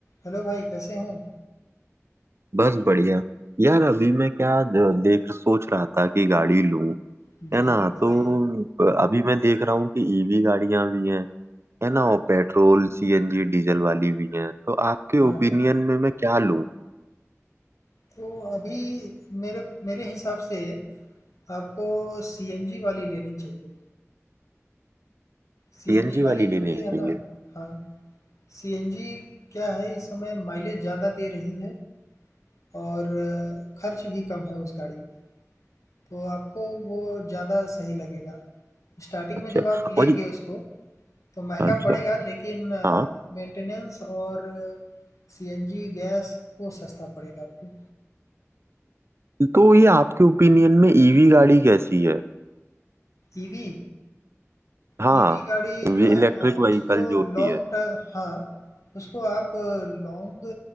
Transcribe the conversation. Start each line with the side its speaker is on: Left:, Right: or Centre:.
Left: हेलो भाई, कैसे हो?
Right: बस बढ़िया यार अभी मैं क्या ज- देख सोच रहा था कि गाड़ी लूं
Left: जी,
Right: है ना
Left: जी, बताइए।
Right: तो अभी मैं देख रहा हूँ कि ईवी गाड़ियां भी हैं है ना और पेट्रोल सीएनजी डीजल वाली भी हैं तो आपके
Left: हाँ,
Right: ओपिनियन
Left: हाँ।
Right: में मैं क्या लूं
Left: तो अभी मेरे मेरे हिसाब से आपको सीएनजी वाली लेनी चाहिए। सीएनजी
Right: सीएनजी
Left: वाली
Right: वाली
Left: जो
Right: लेनी
Left: भी है
Right: चाहिए
Left: ना हाँ, सीएनजी क्या है इस समय माइलेज ज़्यादा दे रही है और अ, खर्च भी कम है उस गाड़ी में। तो आपको वो ज़्यादा सही लगेगा। स्टार्टिंग
Right: अच्छा
Left: में जब आप लेंगे
Right: और ये-
Left: उसको तो महंगा
Right: अच्छा
Left: पड़ेगा लेकिन
Right: हाँ
Left: मेंटेनेंस और सीएनजी गैस वो सस्ता पड़ेगा आपको।
Right: तो ये आपके ओपिनियन में ईवी गाड़ी कैसी है
Left: ईवी
Right: हाँ
Left: ईवी गाड़ी जो
Right: इलेक्ट्रिक
Left: है ना उसको
Right: व्हीकल जो
Left: लॉन्ग
Right: होती है
Left: ट हाँ, उसको आप लॉन्ग